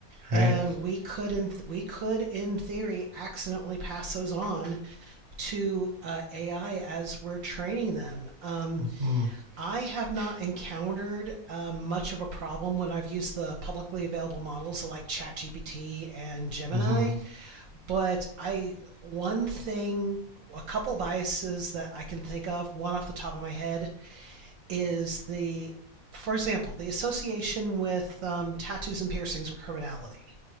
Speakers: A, on the right; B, on the right.
A: and
B: right.
A: we could in we could in theory accidentally pass those on to uh, AI as we're training them. Um,
B: Mm-hmm,
A: I have not encountered um, much of a problem when I've used the publicly available models like ChatGPT and Gemini,
B: mm-hmm,
A: but I one thing a couple biases that I can think of, one off the top of my head, is the, for example, the association with um, tattoos and piercings with criminality.